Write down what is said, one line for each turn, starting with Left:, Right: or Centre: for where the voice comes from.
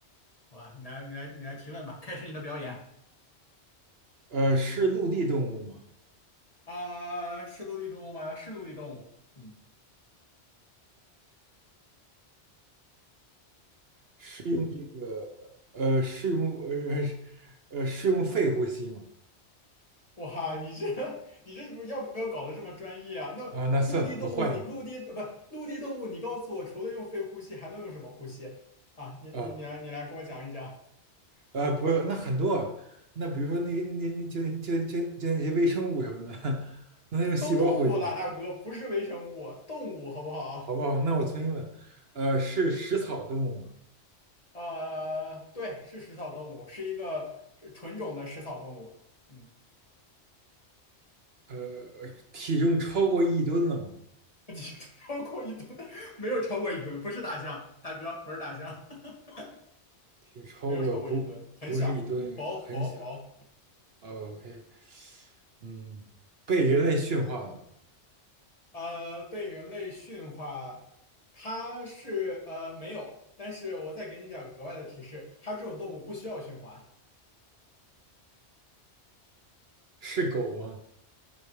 Left: 好吧，你来你来你来提问吧，开始你的表演。
Right: 呃，是陆地动物吗？
Left: 啊，是陆地动物吗？是陆地动物。嗯，
Right: 是用这个，呃，是用呃是呃是用肺呼吸吗？
Left: 哇，你这 <laughs> 你这不要不要搞得这么专业啊？那陆地动物你，
Right: 啊，那算，我换一个。
Left: 陆地呃不陆地动物，你告诉我，除了用肺呼吸，还能用什么呼吸啊？你你你来你来跟我讲一讲，
Right: 啊，呃，不是，那很多啊。那比如说那那那就那就就就那些微生物什么的，<laughs> 那它用细胞呼吸。
Left: 都动物了，大哥，不是微生物，动物好不好？
Right: 好不好？那我重新问，呃，是食草动物吗？
Left: 呃，对，是食草动物，是一个纯纯种的食草动物。嗯，
Right: 呃，体重超过一吨了吗？
Left: <laughs> 体重超过一吨，没有超过一吨，不是大象，大哥，不是大象。<laughs>
Right: 体重超过不不是一吨，
Left: 没有超过一吨，很小，薄薄薄。
Right: 很小。哦 OK，嗯，被人类驯化了吗？
Left: 呃，被人类驯化，它是呃没有，但是我再给你点儿额外的提示，它这种动物不需要驯化，
Right: 是狗吗？